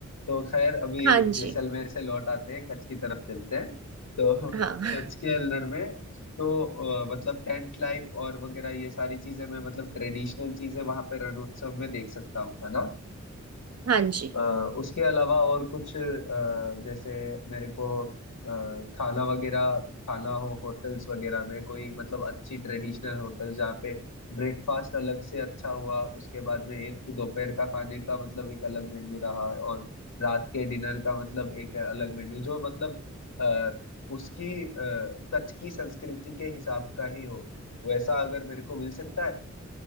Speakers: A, on the left; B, on the right.
A: तो खैर अभी
B: हाँ जी
A: जैसलमेर से लौट आते हैं कच्छ की तरफ चलते हैं तो
B: हाँ
A: कच्छ के अल्लर में तो अ, मतलब टेंट लाइफ और वगैरह ये सारी चीजें मैं मतलब ट्रेडिशनल चीजें वहां पे रणोत्सव में देख सकता हूँ है ना
B: हाँ जी
A: अ, उसके अलावा और कुछ अ, जैसे मेरे को अ, खाना वगैरह खाना हो होटल्स वगैरह में कोई मतलब अच्छी ट्रेडिशनल होटल जहाँ पे ब्रेकफास्ट अलग से अच्छा हुआ उसके बाद में एक दोपहर का खाने का मतलब एक अलग मेन्यू रहा और रात के डिनर का मतलब एक अलग मेन्यू जो मतलब आ, उसकी अ, कच्छ की संस्कृति के हिसाब का ही हो वैसा अगर मेरे को मिल सकता है